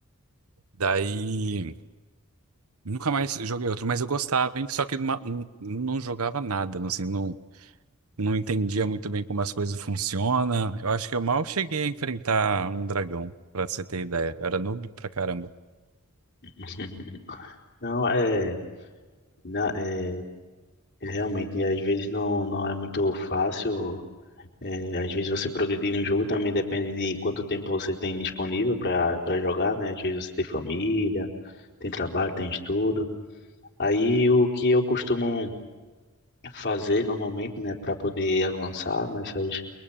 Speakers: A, on the right; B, on the left.
A: Daí nunca mais joguei outro, mas eu gostava, hein? Só que numa- n- não jogava nada, não- assim, não, não entendia muito bem como as coisas funcionam. Eu acho que eu mal cheguei a enfrentar um dragão, pra você ter ideia. Eu era noob pra caramba.
B: <laughs> Não, é, na- é realmente, às vezes não, não é muito fácil É, às vezes você progredir no jogo também depende de quanto tempo você tem disponível para para jogar, né? Às vezes você tem família, tem trabalho, tem estudo. Aí o que eu costumo fazer normalmente, né, para poder avançar nessas